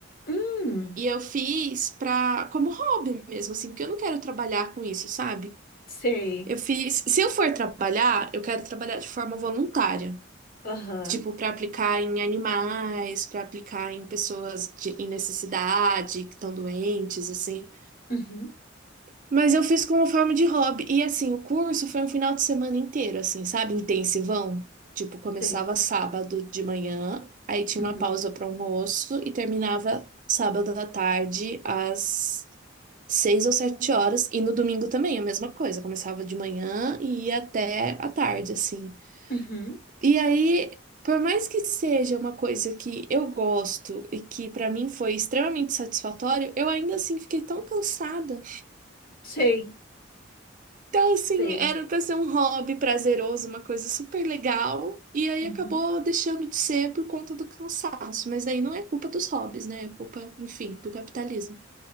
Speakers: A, on the left (about 50°); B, on the right (about 40°).
A: Hum,
B: E eu fiz pra, como hobby mesmo, assim, porque eu não quero trabalhar com isso, sabe?
A: sei.
B: Eu fiz. Se eu for trabalhar, eu quero trabalhar de forma voluntária.
A: Aham.
B: Tipo, para aplicar em animais, para aplicar em pessoas de, em necessidade, que estão doentes, assim.
A: Uhum,
B: Mas eu fiz como forma de hobby. E assim, o curso foi um final de semana inteiro, assim, sabe? Intensivão. Tipo, começava
A: sei.
B: sábado de manhã, aí tinha
A: Uhum,
B: uma pausa para almoço e terminava sábado à tarde às seis ou sete horas. E no domingo também, a mesma coisa. Começava de manhã e ia até à tarde, assim.
A: uhum,
B: E aí, por mais que seja uma coisa que eu gosto e que para mim foi extremamente satisfatório, eu ainda assim fiquei tão cansada
A: sei.
B: Então, assim,
A: Sei.
B: era para ser um hobby prazeroso, uma coisa super legal, e aí
A: Uhum.
B: acabou deixando de ser por conta do cansaço. Mas daí não é culpa dos hobbies, né? É culpa, enfim, do capitalismo.